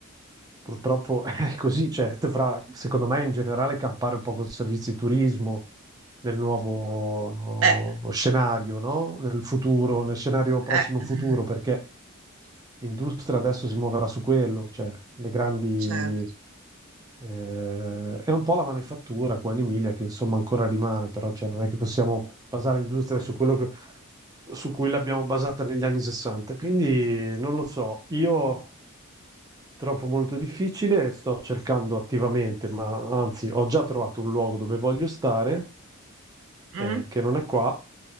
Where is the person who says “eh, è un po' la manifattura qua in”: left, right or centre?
Right